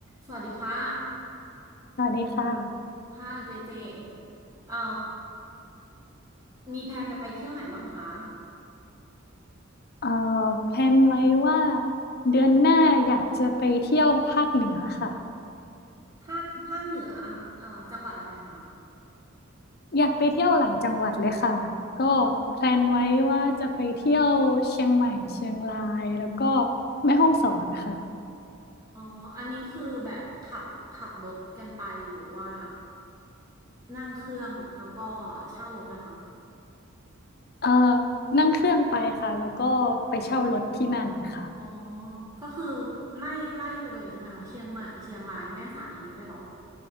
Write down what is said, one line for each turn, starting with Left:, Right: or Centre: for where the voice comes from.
Right: สวัสดีค่ะ
Left: สวัสดีค่ะ
Right: ค่ะเจเจเอ่อมีแผนจะไปเที่ยวไหนบ้างคะ
Left: เอ่อแพลนไว้ว่าเดือนหน้าอยากจะไปเที่ยวภาคเหนือค่ะ
Right: ภาคภาคเหนือเอ่อจังหวัดอะไรคะ
Left: อยากไปเที่ยวหลายจังหวัดเลยค่ะก็แพลนไว้ว่าจะไปเที่ยวเชียงใหม่เชียงรายแล้วก็แม่ฮ่องสอนค่ะ
Right: อ๋ออันนี้คือแบบขับขับรถกันไปหรือว่านั่งเครื่องแล้วก็เช่ารถนะคะ
Left: เอ่อนั่งเครื่องไปค่ะแล้วก็ไปเช่ารถที่นั่นค่ะ
Right: อ๋อก็คือไล่ไล่ไปเลยใช่ไหมคะเชียงใหม่เชียงรายแม่สายอย่างนี้ได้วยเหรอ